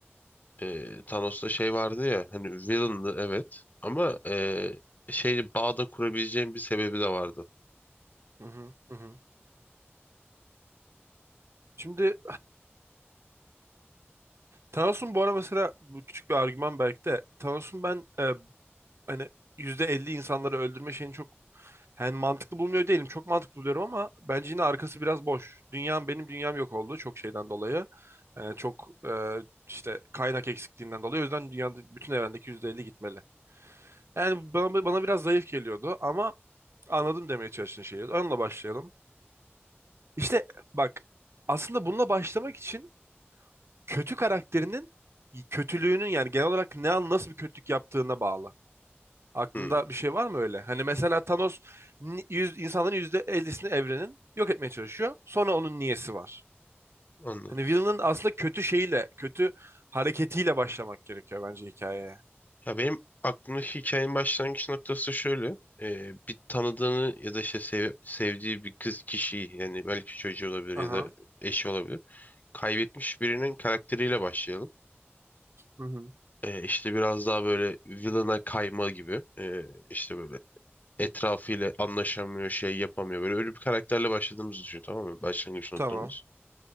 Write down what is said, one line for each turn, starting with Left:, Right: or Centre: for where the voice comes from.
Left: e, Thanos'ta şey vardı ya hani villain'dı evet ama e, şey bağda kurabileceğim bir sebebi de vardı.
Right: Hı hı, hı hı. Şimdi Thanos'un bu ara mesela bu küçük bir argüman belki de Thanos'un ben e, hani %50 insanları öldürme şeyini çok yani mantıklı bulmuyor değilim. Çok mantıklı buluyorum ama bence yine arkası biraz boş. Dünyam benim dünyam yok oldu çok şeyden dolayı. E, çok e, işte kaynak eksikliğinden dolayı. O yüzden dünyada bütün evrendeki %50 gitmeli. Yani bana, bana biraz zayıf geliyordu ama Anladım demeye çalıştığın şeyi. Onunla başlayalım. İşte bak aslında bununla başlamak için kötü karakterinin kötülüğünün yani genel olarak ne an nasıl bir kötülük yaptığına bağlı. Aklında
Left: Hmm,
Right: bir şey var mı öyle? Hani mesela Thanos ni- yüz, insanların yüzde ellisini evrenin yok etmeye çalışıyor. Sonra onun niyesi var.
Left: anladım.
Right: Hani villain'ın aslında kötü şeyiyle, kötü hareketiyle başlamak gerekiyor bence hikayeye.
Left: Ya benim aklımdaki hikayenin başlangıç noktası şöyle. E, bir tanıdığını ya da işte sev- sevdiği bir kız kişiyi yani belki çocuğu olabilir
Right: Aha.
Left: ya da eşi olabilir. Kaybetmiş birinin karakteriyle başlayalım.
Right: Hı hı.
Left: E, işte biraz daha böyle villain'a kayma gibi. E, işte böyle etrafıyla anlaşamıyor, şey yapamıyor. Böyle öyle bir karakterle başladığımızı düşün tamam mı? Başlangıç noktamız.
Right: Tamam.